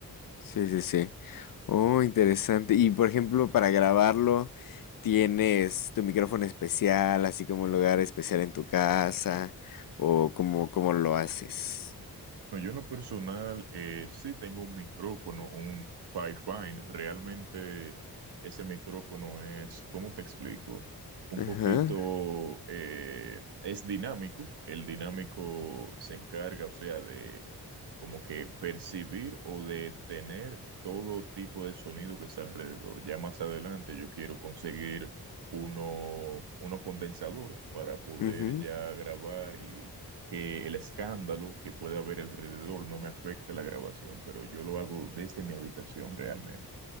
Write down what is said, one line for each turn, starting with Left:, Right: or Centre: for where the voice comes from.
Left: Sí, sí, sí. Oh, interesante. Y por ejemplo, para grabarlo, ¿tienes tu micrófono especial, así como un lugar especial en tu casa? ¿O cómo, cómo lo haces?
Right: No, yo en lo personal eh, sí tengo un micrófono, un Pyfine. Realmente ese micrófono es, ¿cómo te explico? Un
Left: Ajá.
Right: poquito, eh, es dinámico. El dinámico se encarga, o sea, de como que percibir o detener todo tipo de sonido que está alrededor. Ya más adelante yo quiero conseguir uno, uno condensador para poder
Left: ujú.
Right: ya grabar y que el escándalo que pueda haber alrededor no me afecte la grabación, pero yo lo hago desde mi habitación realmente.